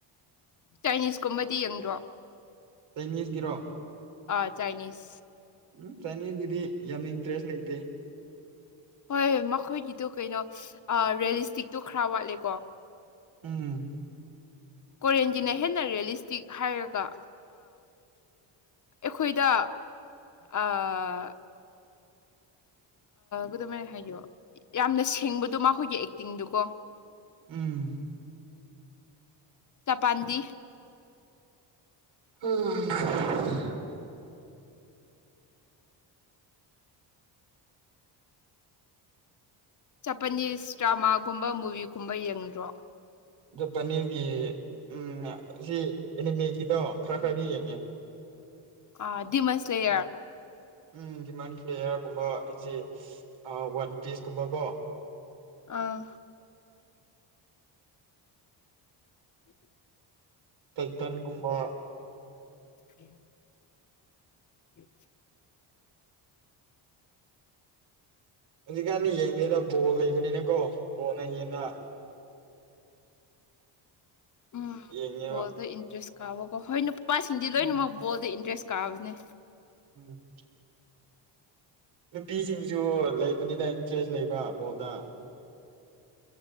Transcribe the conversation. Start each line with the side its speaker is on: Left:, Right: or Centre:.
Left: ꯆꯥꯏꯅꯤꯁꯀꯨꯝꯕꯗꯤ ꯌꯦꯡꯗ꯭ꯔꯣ
Right: ꯆꯥꯏꯅꯤꯁꯀꯤꯔꯣ
Left: ꯑꯥ ꯆꯥꯏꯅꯤꯁ
Right: ꯎꯝ ꯆꯥꯅꯤꯡꯒꯤꯗꯤ ꯌꯥꯝ ꯏꯟꯇꯔꯦꯁ ꯂꯩꯇꯦ
Left: ꯍꯣꯏ ꯃꯈꯣꯏꯒꯤꯗꯣ ꯀꯩꯅꯣ ꯔꯔꯤꯌꯦꯂꯤꯁꯇꯤꯛꯇꯣ ꯈꯔ ꯋꯥꯠꯂꯦꯀꯣ
Right: ꯎꯝ
Left: ꯀꯣꯔꯤꯦꯟꯒꯤꯅ ꯍꯦꯟꯅ ꯔꯤꯌꯦꯂꯤꯁꯇꯤꯛ ꯍꯥꯏꯔꯒ ꯑꯩꯈꯣꯏꯗ ꯑꯑꯑ ꯈꯨꯗꯝꯃꯥꯏꯅ ꯍꯥꯏꯌꯣ ꯌꯥꯝꯅ ꯁꯦꯡꯕꯗꯣ ꯃꯈꯣꯏꯒꯤ ꯑꯦꯛꯇꯤꯡꯗꯨꯀꯣ
Right: ꯎꯝ
Left: ꯆꯄꯥꯟꯗꯤ
Right: ꯎꯝ
Left: ꯆꯄꯅꯤꯁ ꯗ꯭ꯔꯃꯥꯒꯨꯝꯕ ꯃꯨꯚꯤꯒꯨꯝꯕ ꯌꯦꯡꯗ꯭ꯔꯣ
Right: ꯑꯗꯣ ꯄꯅꯤꯔꯒꯤ ꯎꯝ ꯁꯤ ꯑꯦꯅꯤꯃꯦꯒꯤꯗꯣ ꯈꯔ ꯈꯔꯗꯤ ꯌꯦꯡꯉꯦ
Left: ꯑꯗꯤꯃꯁ ꯂꯩꯌꯔ
Right: ꯎꯝ ꯗꯤꯃꯟ ꯐ꯭ꯂꯦꯌꯥꯔꯒꯨꯝꯕ ꯑꯩꯁꯦ ꯋꯥꯟ ꯄꯤꯁꯀꯨꯝꯕ ꯀꯣ
Left: ꯑꯥ <unintelligible>
Right: ꯇꯩꯇꯟꯒꯨꯝꯕ
Left: ꯎꯝ ꯎꯝ
Right: ꯍꯧꯖꯤꯛꯀꯥꯟꯗꯤ ꯌꯦꯡꯗꯦꯗ ꯕꯣꯜ ꯂꯩꯕꯅꯤꯅꯀꯣ ꯕꯣꯜꯅꯉꯦꯅ
Left: ꯎꯝ
Right: ꯌꯦꯡꯉꯦꯕ
Left: ꯕꯣꯜꯗ ꯏꯟꯇꯔꯦꯁ ꯀꯥꯕꯀꯣ ꯍꯣꯏ ꯅꯨꯄꯥꯁꯤꯡꯗꯤ
Right: ꯎꯝ
Left: ꯂꯣꯏꯅꯃꯛ ꯕꯣꯜꯗ ꯏꯟꯇꯔꯁ ꯀꯥꯕꯅꯦ
Right: ꯎꯝ ꯅꯨꯄꯤꯁꯤꯡꯁꯨ ꯂꯩꯕꯅꯤꯗ ꯏꯟꯇꯔꯦꯁ ꯂꯩꯕ ꯕꯣꯜꯗ